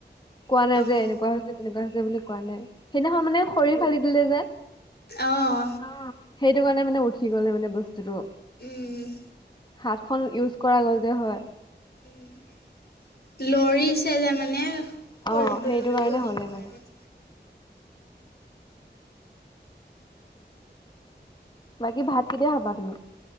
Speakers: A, on the left; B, on the left.
A: কোৱা নাই
B: অঁ
A: যে এনেকুৱা হৈছে তেনেকুৱা হৈছে বুলি কোৱা নাই সেইদিনাখন মানে শৰীৰ ফালি দিলে যে
B: অঁ
A: অ সেইটো কাৰণে মানে উঠি গলে মানে বস্তুটো
B: উম
A: হাতখন ইউজ কৰা গ'ল যে হয়
B: উম লৰিছে যে মানে শৰীৰটো
A: অ সেইটো
B: লৰি
A: কাৰণে
B: গল
A: হ'লে
B: সেইটো
A: মানে
B: কাৰণে
A: বাকী ভাত কেতিয়া খাবা তুমি